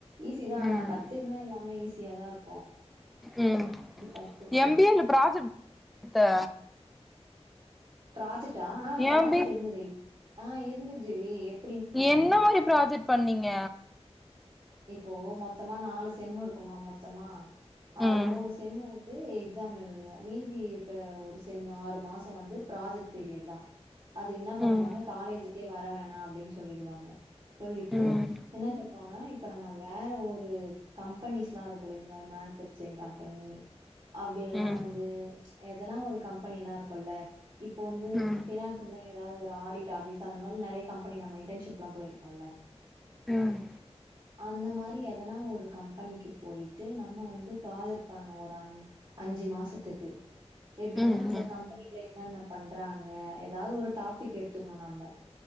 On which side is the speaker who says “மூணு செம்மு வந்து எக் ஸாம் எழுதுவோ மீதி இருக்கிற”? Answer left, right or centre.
Right